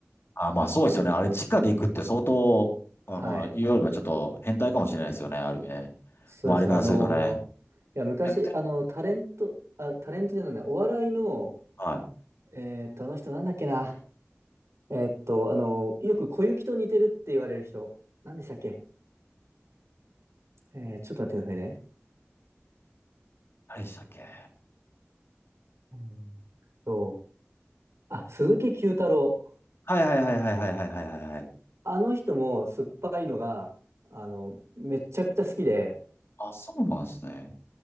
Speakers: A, on the left (about 60°); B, on the right (about 75°).
A: あ、まあそうですよね。あれ、直で行くって相当、あ、
B: はい。
A: まあ、言うよりはちょっと変態かもしれないですよね。ある意味ね。
B: そうです。
A: 周りからするとね。
B: あのーいや、昔、
A: いや
B: あの、タレント、あ、タレントじゃないな、お笑いの、
A: はい。
B: えーっと、あの人なんだっけな。えーっと、あの、よく小雪と似てるって言われる人。なんでしたっけえーちょっと待ってくださいね。
A: 何でしたっけ。
B: うんと、あ、鈴木九太郎。
A: はいはいはいはいはいはいはいはいはい。
B: あの人も酸っぱいのが、あの、めちゃくちゃ好きで、
A: あ、そうなんですね。